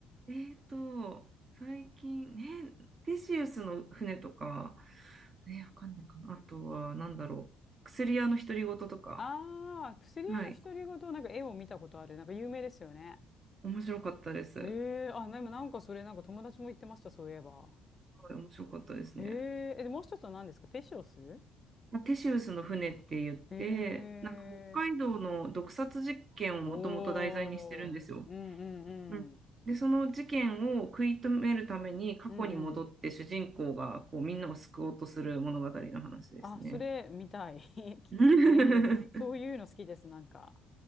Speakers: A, on the right (about 40°); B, on the left (about 30°).
A: えーと、最近、ね、テシウスの船とか、ね、わかんないかな。あとは、なんだろう。薬屋の独り言とか。
B: ああー、薬屋の独り言、
A: はい。
B: なんか絵を見たことある。なんか有名ですよね。
A: 面白かったです。
B: ええあ、
A: は
B: でもなんかそれなんか友達も言ってました、そういえば。
A: い面白かったですね。
B: えええ、で、もう一つは何ですかペシオス
A: まあテシウスの船って言って、
B: へえ
A: なんか北海道の毒殺実験をもともと題材にしてるんですよ。
B: おー。うんうんうん。
A: うんで、その事件を食い止めるために過去に戻って主人公がこうみんなを救おうとする物語の話ですね。
B: うんうん。あ、それ見たい。<laughs> きぜひぜひ。
A: <laughs> うん
B: そういうの好きです、なんか。